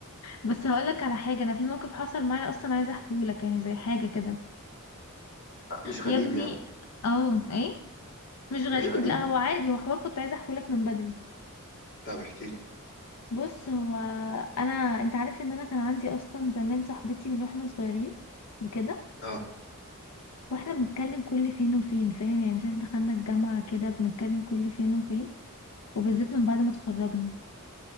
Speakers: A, on the left; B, on the left.
A: بس هقولك على حاجة أنا في موقف حصل معايا أصلا عايزة أحكيهولك يعني زي حاجة كده
B: آه مش غريب
A: يا ابني
B: يعني
A: اه إيه مش غريب
B: مش غريب
A: لأ هو عادي هو حوار كنت عايزة أحكيهولك من بدري
B: طب احكي لي
A: بص هو أنا أنت عارف إن أنا كان عندي أصلا زمان صاحبتي من وإحنا صغيرين وكده
B: اه
A: واحنا بنتكلم كل فين وفين فاهم يعني مثلا دخلنا الجامعة كده بنتكلم كل فين وفين وبالذات من بعد ما اتخرجنا